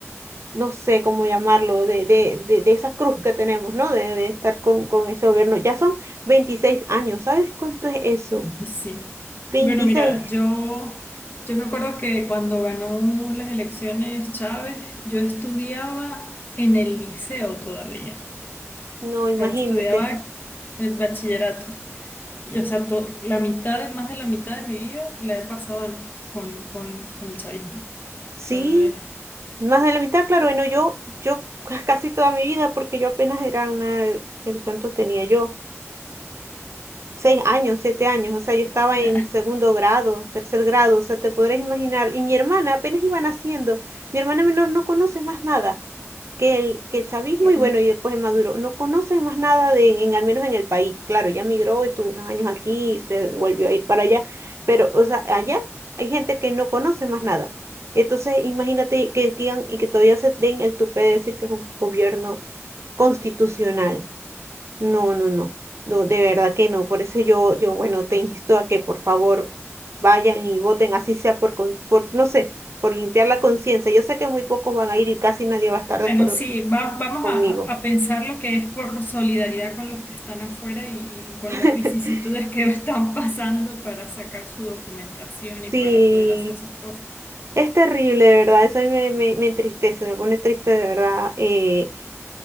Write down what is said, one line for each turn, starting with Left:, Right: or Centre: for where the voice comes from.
Right: no sé cómo llamarlo, de, de, de, de esa cruz que tenemos, ¿no? De, de estar con, con ese gobierno. Ya son veintiséis años, ¿sabes cuánto es eso?
Left: Y sí.
Right: veintiséis
Left: Bueno, mira, yo, yo me acuerdo que cuando ganó las elecciones Chávez, yo estudiaba en el liceo todavía.
Right: No, imagínate.
Left: O sea, estudiaba el bachillerato. Y, o sea, to- la mitad, de- más de la mitad de mi vida la he pasado en- con, con, con el chavismo. O
Right: Sí,
Left: sea, es,
Right: más de la mitad, claro, bueno, yo, yo <laughs> casi toda mi vida, porque yo apenas era una, ¿cuántos tenía yo? seis años, siete años, o sea, yo estaba
Left: <laughs> nah,
Right: en segundo grado, tercer grado, o sea, te podrás imaginar. Y mi hermana apenas iba naciendo, mi hermana menor no conoce más nada que el, que el chavismo
Left: qué horrible.
Right: y bueno, y después el Maduro, no conoce más nada de, en, al menos en el país. Claro, ya migró, estuvo unos años aquí, se volvió a ir para allá, pero, o sea, allá hay gente que no conoce más nada. Entonces, imagínate que digan y que todavía se den el tupé de decir que es un gobierno constitucional. No, no, no, no, de verdad que no. Por eso yo, yo, bueno, te insto a que por favor vayan y voten, así sea por, con- por, no sé, por limpiar la conciencia. Yo sé que muy pocos van a ir y casi nadie va a estar de acuerdo
Left: Bueno, sí, va- vamos
Right: conmigo.
Left: a, a- a pensar lo que es por solidaridad con los que están afuera y, y con
Right: <laughs>
Left: las vicisitudes que <laughs> están pasando para sacar su documentación y
Right: Sí,
Left: para poder hacer sus cosas.
Right: es terrible, de verdad, eso a mí me, me, me entristece, me pone triste de verdad. eh,